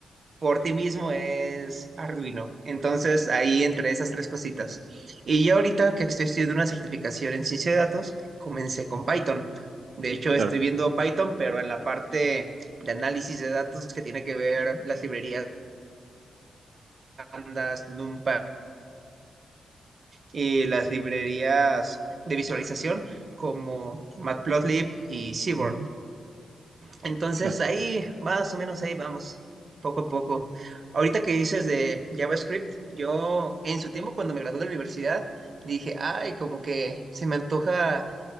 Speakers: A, on the right; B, on the right.
A: por ti mismo es Arduino. Entonces, ahí entre esas tres cositas. Y yo ahorita que estoy estudiando una certificación en ciencia de datos, comencé con Python. De hecho,
B: Claro.
A: estoy viendo Python, pero en la parte de análisis de datos que tiene que ver las librerías Pandas, NumPy y las librerías de visualización como Matplotlib y Seaborn.
B: Ujú,
A: Entonces
B: claro.
A: ahí, más o menos ahí vamos, poco a poco. Ahorita que dices de JavaScript, yo en su tiempo cuando me gradué de la universidad dije, ay, como que se me antoja